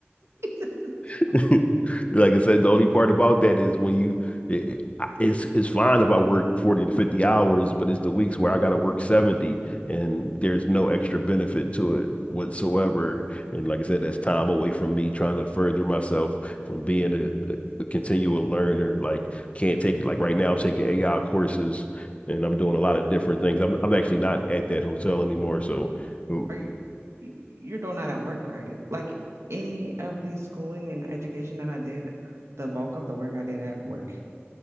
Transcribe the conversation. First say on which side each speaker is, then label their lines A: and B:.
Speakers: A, on the right (about 85°); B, on the left (about 30°).
A: <laughs>
B: <laughs>
A: Um,
B: Like I said, the only part about that is when you, it, I- it's it's fine if I work 40 to 50 hours, but it's the weeks where I got to work 70 and there's no extra benefit to it whatsoever. And like I said, that's time away from me trying to further myself from being a, a a continual learner. Like can't take it. Like right now, I'm taking AI courses and I'm doing a lot of different things. I'm I'm actually not at that hotel anymore, so. um,
A: Are you y- you're doing that at work, right? Like any of the schooling and education that I did, the bulk of the work I did at work.